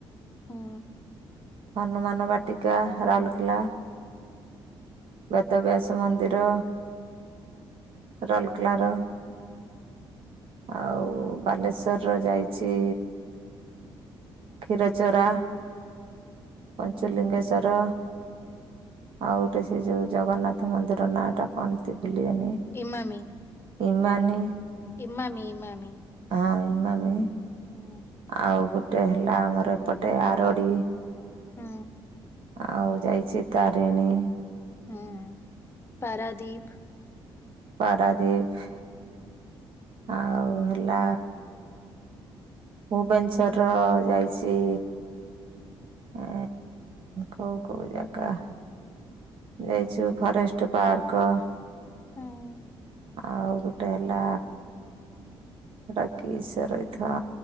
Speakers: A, on the left; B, on the right.
A: ହୁଁ
B: ହନୁମାନ ବାଟିକା ରାଉରକେଲା। ବେଦବ୍ୟାସ ମନ୍ଦିର। ରାଉରକେଲାର। ଆଉ
A: ହୁଁ
B: ବାଲେଶ୍ୱର ର ଯାଇଚି କ୍ଷୀର ଚରା ପଞ୍ଚଲିଙ୍ଗେଶ୍ୱର।
A: ହୁଁ।
B: ଆଉ ଗୋଟେ ସେ ଯୋଉ ଜଗନ୍ନାଥ ମନ୍ଦିରର ନାଁ ଟା କଣତି ଭୁଲିଗନି।
A: ଇମାମୀ।
B: ଇମାନୀ।
A: ଇମାମି ଇମାମି।
B: ହଁ ଇମାମି
A: ହୁଁ
B: ଆଉ ଗୋଟେ ହେଲା ଆମର ଏପଟେ ଆରଡି।
A: ହୁଁ।
B: ଆଉ ଯାଇଚି ତାରିଣୀ।
A: ହୁଁ ପାରାଦୀପ୍।
B: ପାରାଦିପ୍। ଆଉ ହେଲା ଭୁବନେଶ୍ୱର ର ଯାଇଚି ଏ କଉ କଉ ଜାଗା। ଯାଇଛୁ ଫରେଷ୍ଟ ପାର୍କ।
A: ହୁଁ।
B: ଆଉ ଗୋଟେ ହେଲା। ରାକେଶ <unintelligible> ରଇଥା